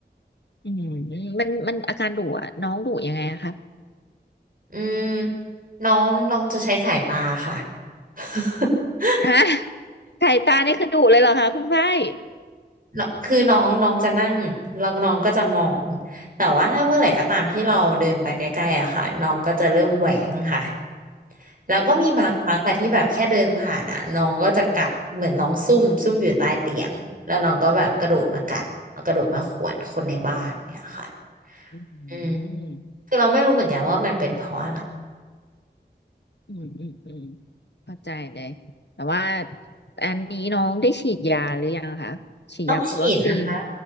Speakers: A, on the left; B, on the right.
A: อืมมันมันอาการดุอ่ะน้องดุยังไงอะคะ
B: อืมน้องน้องจะใช้สายตาค่ะ <laughs>
A: ฮะ <laughs> สายตานี่คือดุเลยเหรอคะคุณฝ้าย
B: เนอะคือน้องน้องจะนั่งแล้วน้องก็จะมอง แต่ว่าถ้าเมื่อไหร่ก็ตามที่เราเดินไปใกล้ๆอะค่ะน้องก็จะเริ่มแหวงค่ะ แล้วก็มีบางครั้งค่ะที่แบบแค่เดินผ่านอะน้องก็จะกัดเหมือนน้องซุ่มซุ่มอยู่ใต้เตียงแล้วน้องก็แบบกระโดดมากัดแล้วกระโดดมาข่วนคนในบ้านเนี่ยค่ะ
A: อื
B: อืม
A: ม
B: คือเราไม่รู้เหมือนกันว่ามันเป็นเพราะอะไร
A: อืมอืมอืมเข้าใจเลยแต่ว่าอันนี้น้องได้ฉีดยาหรือยังคะฉีดยากับวัคซีน
B: ต้องฉีดนะคะ